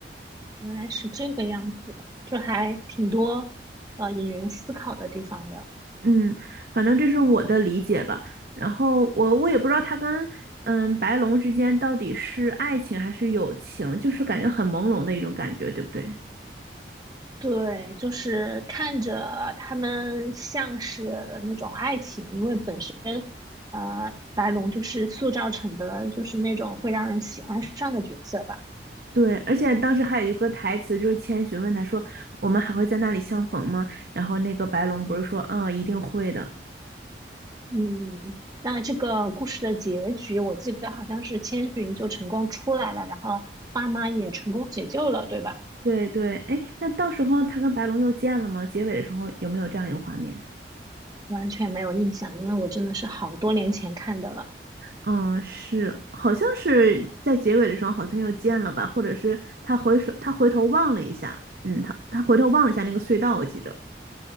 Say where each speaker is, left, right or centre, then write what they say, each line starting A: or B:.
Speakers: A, on the right; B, on the right.
A: 原来是这个样子，就还挺多呃引人思考的地方的。
B: 嗯，反正这是我的理解吧。然后我我也不知道他跟嗯白龙之间到底是爱情还是友情，就是感觉很朦胧的一种感觉，对不对？
A: 对，就是看着他们像是那种爱情，因为本身呃白龙就是塑造成的就是那种会让人喜欢上的角色吧。
B: 对，而且当时还有一个台词，就是千寻问他说：“我们还会在那里相逢吗？”然后那个白龙不是说：“嗯，一定会的。”
A: 嗯，那这个故事的结局，我记得好像是千寻就成功出来了，然后爸妈也成功解救了，对吧？
B: 对对，哎，那到时候他跟白龙又见了吗？结尾的时候有没有这样一个画面？
A: 完全没有印象，因为我真的是好多年前看的了，
B: 嗯，是，好像是在结尾的时候好像又见了吧，或者是他回首，他回头望了一下，嗯，他他回头望了一下那个隧道，我记着。